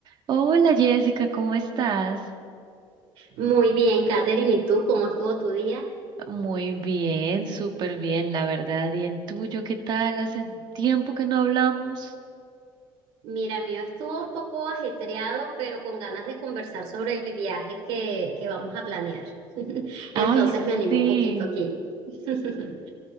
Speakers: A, on the right (about 50°); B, on the right (about 75°).
A: Hola Jessica, ¿cómo estás?
B: Muy bien, Katherine, ¿y tú cómo estuvo tu día?
A: Muy bien, súper bien, la verdad. ¿Y el tuyo qué tal? Hace tiempo que no hablamos.
B: Mira, el mío estuvo un poco ajetreado, pero con ganas de conversar sobre el viaje que, que vamos a planear. <laughs>
A: Ay,
B: Entonces me animo
A: sí.
B: un poquito aquí. <laughs>